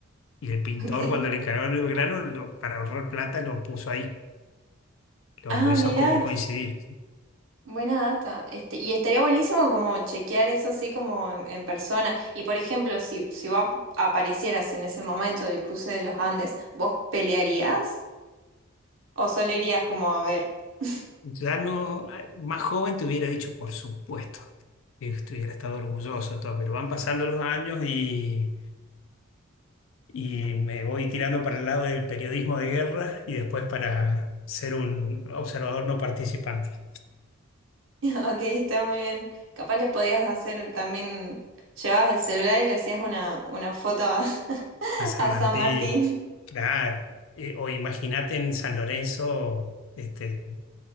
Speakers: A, on the left; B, on the right.
A: y el pintor
B: Ok.
A: cuando le encargaron el grano, lo- para ahorrar plata, lo puso ahí, lo,
B: Ah,
A: lo hizo
B: mira,
A: como coincidir.
B: Buena data. Este, y estaría buenísimo como chequear eso así como en, en persona. Y por ejemplo, si, si vos ap- aparecieras en ese momento del cruce de los Andes, ¿vos pelearías? ¿O solo irías como a ver? <laughs>
A: Ya no, más joven te hubiera dicho, por supuesto, que estuviera estado orgulloso, todo, pero van pasando los años y, y me voy tirando para el lado del periodismo de guerra y después para ser un observador no participante.
B: Ok, está muy bien. Capaz le podías hacer también, llevabas el celular y le hacías una, una foto a, <laughs>
A: A San
B: a
A: Martín,
B: San Martín.
A: claro. Eh, o imagínate en San Lorenzo, este,